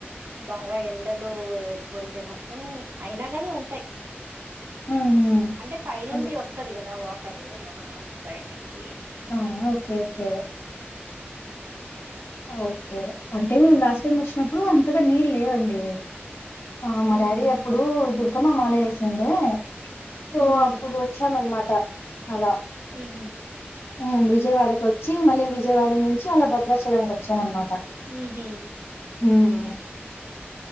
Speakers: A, on the right; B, on the left.
A: బాగా ఎండలు ఎక్కువైతే మాత్రం అయినా గాని ఉంటాయి
B: హ్మ్. హ్మ్.
A: అంటే పైనుండి
B: అంటే
A: వస్తది కదా వాట్ టర్ మహా అట్ సైడ్ నున్ చి
B: ఆ ఓకే ఓకే ఓకే అంటే మేము లాస్ట్ టైమ్ వచ్చినప్పుడు అంతగా నీళ్ళు లేవండి ఆ మా
A: ఉహు
B: డాడీ అప్పుడు దుర్ కమ్మ మాలా ఏసీ ఉండే సో
A: ఉహు
B: అప్పుడు వచ్చాము అన్నమాట్ ట అలా
A: ఉహు
B: ఉమ్ విజయవాడ కొచ్చి మళ్ళీ విజయవాడ నుంచి అలా భద్రాచలం కొచ్ చం అనమాట
A: ఉహు
B: హ్మ్మ్